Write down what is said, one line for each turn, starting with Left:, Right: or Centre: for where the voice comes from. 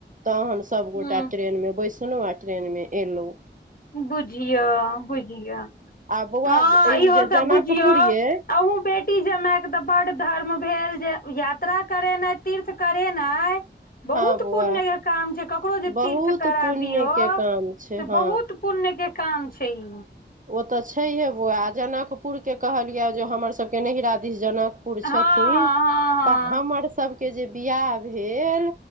Right: तहन सबगोटा
Left: हूँ
Right: ट्रेन मे बैसलहु आ ट्रेन मे एलौं
Left: बुझियो बुझियो
Right: आ बौआ
Left: हँ
Right: ई
Left: इहो
Right: जे
Left: स
Right: जनकपुर
Left: बुझियौ
Right: ये
Left: आ उ बेटी बेटी जमाय के तऽ बड धर्म भेल जे यात्रा करेना तीर्थ करेना बहुत
Right: हँ बौआ
Left: पुण्य के काम छै ककरो जे
Right: बहुत
Left: तीर्थ कराबियौ
Right: पुण्य के काम छै
Left: से
Right: हँ
Left: बहुत पुण्य के काम छै ई
Right: ओतऽ छैहे बौआ जनकपुर के कहलिये जे हमर सबके नहिरा दिश जनकपुर पुर
Left: हँ
Right: छथिन तऽ हमर सबके जे बियाह भेल